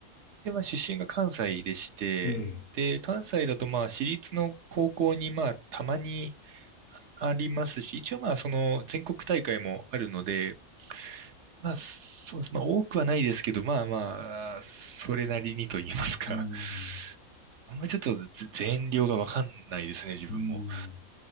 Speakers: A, on the right; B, on the left.
A: でまあ出身が関西でして、
B: ええ、
A: で、関西だとまあ私立の高校にまあたまにあありますし、一応まあその全国大会もあるので、まあそうです。まあ多くはないですけど、まあまあ、それなりにと言いますか。
B: うん。
A: <laughs> あんまちょっとぜ全量がわかんないですね、自分も。
B: うん。